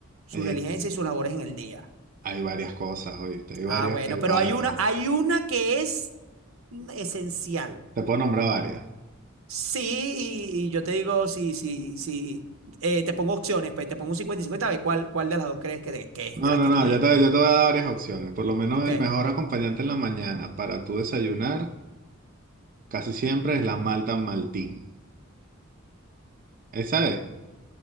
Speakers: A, on the right; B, on the right.
A: sus
B: Eh,
A: diligencias y sus labores en el día.
B: hay varias cosas, ¿oíste? Hay varias,
A: Ah, bueno,
B: hay
A: pero
B: varias.
A: hay una, hay una que es esencial.
B: Te puedo nombrar varias.
A: Sí, y, y yo te digo, si, si, si eh, te pongo opciones, pues te pongo un 50 y 50 a ver cuál, cuál de las dos crees que, de- que es,
B: No,
A: de las
B: no,
A: que
B: no,
A: tú digas.
B: yo te, yo te voy a dar varias opciones. Por lo menos
A: Ok.
B: el mejor acompañante en la mañana para tu desayunar casi siempre es la malta maltín. ¿Esa es?